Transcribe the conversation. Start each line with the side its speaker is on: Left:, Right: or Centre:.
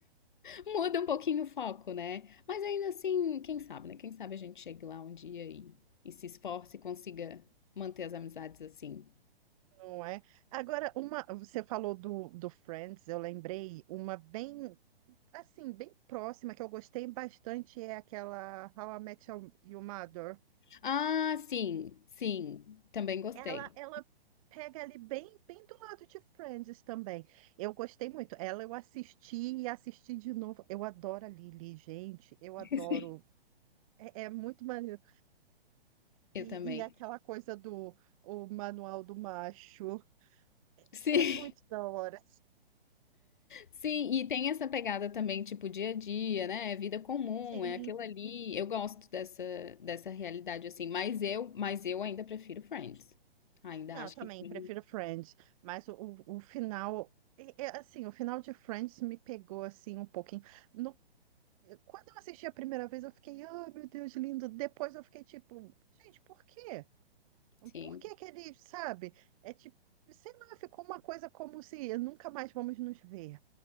Left: Muda um pouquinho o foco, né? Mas ainda assim, quem sabe, né? Quem sabe a gente chegue lá um dia e, e se esforce e consiga manter as amizades assim.
Right: não é? Agora, uma, você falou do, do Friends, eu lembrei uma bem, assim, bem próxima que eu gostei bastante é aquela How I Met Your Your Mother.
Left: Ah, sim, sim. Também gostei.
Right: Ela, ela pega ali bem, bem do lado de Friends também. Eu gostei muito. Ela eu assisti e assisti de novo. Eu adoro a Lily, gente. Eu adoro.
Left: <laughs> Sim.
Right: É, é muito maneiro. E,
Left: Eu também.
Right: e aquela coisa do o manual do macho.
Left: Sim,
Right: É muito da hora.
Left: sim, e tem essa pegada também, tipo, dia a dia, né? É vida comum,
Right: Sim.
Left: é aquilo ali. Eu gosto dessa, dessa realidade, assim, mas eu, mas eu ainda prefiro Friends. Ainda
Right: Não,
Left: acho
Right: eu também
Left: que Friends,
Right: prefiro Friends, mas o, o, o final, é- é assim, o final de Friends me pegou assim um pouquinho. No- quando eu assisti a primeira vez, eu fiquei, ah, meu Deus, lindo. Depois eu fiquei tipo, gente, por quê?
Left: sim.
Right: Por que que ele, sabe? É tipo, sei lá, ficou uma coisa como se nunca mais vamos nos ver.